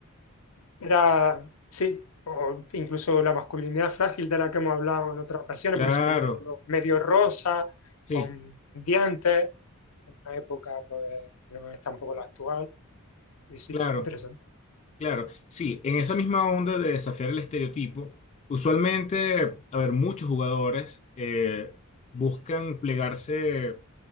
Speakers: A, on the left; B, on the left.
A: era, sí, o incluso la masculinidad frágil de la que hemos hablado en otras ocasiones,
B: claro,
A: porque se ponía el pelo medio rosa,
B: sí,
A: con dientes, en una época pues que no es tampoco la actual, y sí,
B: claro,
A: interesante.
B: claro. Sí, en esa misma onda de desafiar el estereotipo, usualmente, a ver, muchos jugadores eh, buscan plegarse.